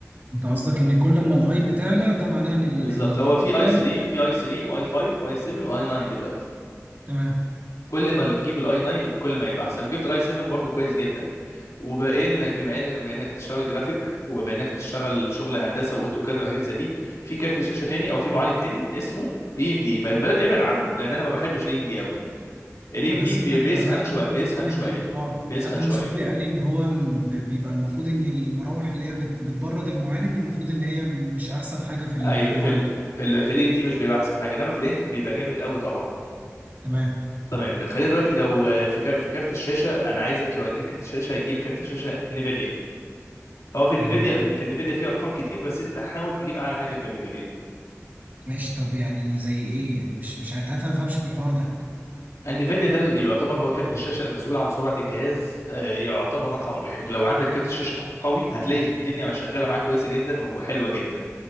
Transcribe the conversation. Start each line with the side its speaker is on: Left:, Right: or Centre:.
Right: انت قصدك ان كل ما الاي بتعلى ده معناه ان ال-
Left: بالظبط
Right: الجهاز
Left: هو في اي
Right: ده
Left: 3 في اي 3 واي 5 واي 7 واي 9 دلوقتي
Right: تمام
Left: كل ما تجيب الاي 9 كل ما يبقى احسن لو جبت الاي 7 برضو كويس جدا وبانك بما انك بما انك هتشتغل جرافيك وبما انك هتشتغل شغل هندسه واوتوكاد والحاجات زي دي في كارت شاشه تاني او في معالج تاني اسمه اي ام دي ما يتبل- ابعد عنه لان انا ما بحبش الاي ام دي قوي الاي ام
Right: انا
Left: دي
Right: سمعت
Left: بيسخن
Right: بقى حد
Left: شويه
Right: من
Left: بيسخن
Right: صحابي
Left: شويه
Right: قال اه
Left: بيسخن
Right: حد
Left: شويه
Right: من صحابي قال لي ان هو م- ب- بيبقى المفروض ان المراوح اللي هي بت- بتبرد المعالج المفروض ان هي مش احسن حاجه في ال-
Left: ايوه
Right: في المعالج
Left: في ال في ال في الاي ام دي مش بيبقى احسن حاجه انما في الانتل بيبقى جامد قوي طبعا
Right: تمام
Left: تمام خلينا دلوقتي لو في كار- في كارت الشاشه انا عايزك لو هتجيب كارت الشاشه هتجيب كارت شاشه نيفيديا هو في انفيديا
Right: مم.
Left: في انفيديا فيه ارقام كتير بس انت حاول تجيب اعلى حاجه في انفيديا
Right: ماشي طب يعني زي ايه يعني مش مش عارف عارف انا ما فاهمش في الحوار ده
Left: انفيديا ده اللي يعتبر هو كارت الشاشه المسؤول عن سرعه الجهاز آه، يعتبر رقم واحد لو عندك كارت الشاشه قوي هتلاقي الدنيا شغاله معاك كويسه جدا وحلوه جدا